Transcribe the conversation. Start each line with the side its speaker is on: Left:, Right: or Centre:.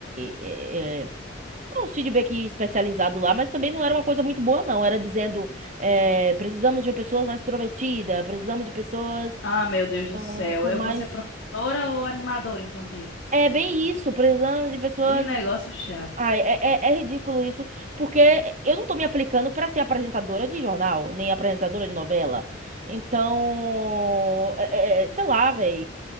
Right: é, é, uns feedback especializado lá, mas também não era uma coisa muito boa, não. Era dizendo, é, precisamos de pessoas mais extrovertidas, precisamos de pessoas,
Left: Ah, meu Deus do
Right: ah,
Left: céu.
Right: com
Left: Eu
Right: mais...
Left: vou ser professora ou animadora infantil?
Right: É bem isso, precisamos de pessoas
Left: Que negócio chato.
Right: Ai, é, é, é ridículo isso, porque eu não tô me aplicando pra ser apresentadora de jornal, nem apresentadora de novela. Então, é- é, é, sei lá, velho,